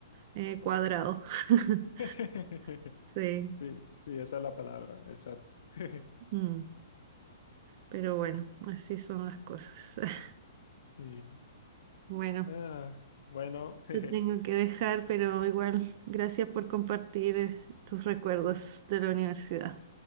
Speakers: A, on the right; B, on the left.
A: eh, cuadrado. <laughs>
B: <laughs>
A: Sí,
B: Sí, sí, esa es la palabra, exacto. <laughs>
A: mm, pero bueno, así son las cosas. <laughs>
B: Sí.
A: Bueno.
B: Ah, bueno, <laughs>
A: Te tengo que dejar, pero igual, gracias por compartir eh, tus recuerdos de la universidad.